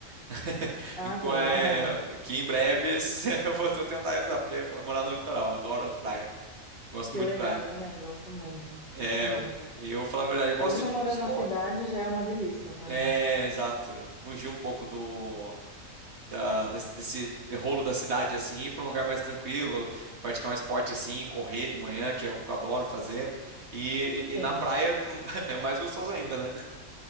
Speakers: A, on the right (about 55°); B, on the left (about 45°).
A: <laughs>
B: Ah,
A: Enqu-
B: que legal,
A: é,
B: é.
A: Que em breve <laughs> se- eu vou tô tentar realizar, porque é morar no litoral. Eu adoro praia. Gosto
B: Que
A: muito
B: legal,
A: de praia.
B: eu também gosto muito.
A: É,
B: Gosto muito.
A: eu, eu falar a verdade, eu gosto
B: Só de não
A: de
B: morar
A: esporte.
B: na cidade já é uma delícia pra
A: É,
B: mim.
A: exato. Fugir um pouco do da, desse, desse rolo da cidade assim, ir pra um lugar mais tranquilo, praticar um esporte assim, correr de manhã, que é o que eu adoro fazer. E,
B: Sim.
A: e, e na praia <laughs> é mais gostoso ainda, né?